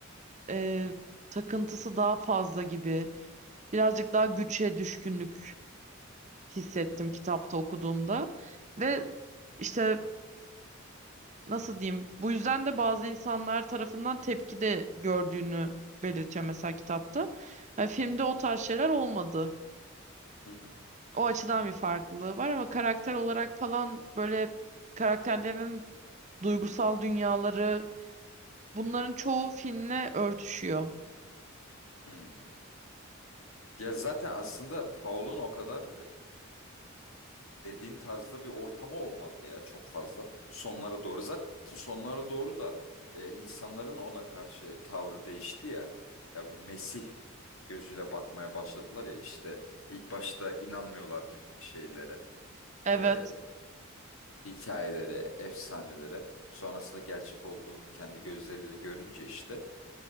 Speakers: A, on the right (about 35°); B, on the left (about 75°).
A: e, takıntısı daha fazla gibi. Birazcık daha güçe düşkünlük hissettim
B: Hı hı.
A: kitapta okuduğumda. Ve işte nasıl diyeyim? Bu yüzden de bazı insanlar tarafından tepki de gördüğünü belirtiyor mesela kitapta. Yani filmde o tarz şeyler olmadı.
B: Hı hı.
A: O açıdan bir farklılığı var ama karakter olarak falan böyle karakterlerin duygusal dünyaları bunların çoğu filmle örtüşüyor.
B: Hmm. Ya zaten aslında Paul'un o kadar dediğin tarzda bir ortamı olmadı ya çok fazla. Sonlara doğru zaten sonlara doğru da e, insanların ona karşı tavrı değişti ya. Ya bu Mesih gözüyle bakmaya başladılar ya işte ilk başta inanmıyorlardı şeylere,
A: Evet,
B: e, hikayelere, efsanelere. Sonrasında gerçek olduğunu kendi gözleriyle görünce işte.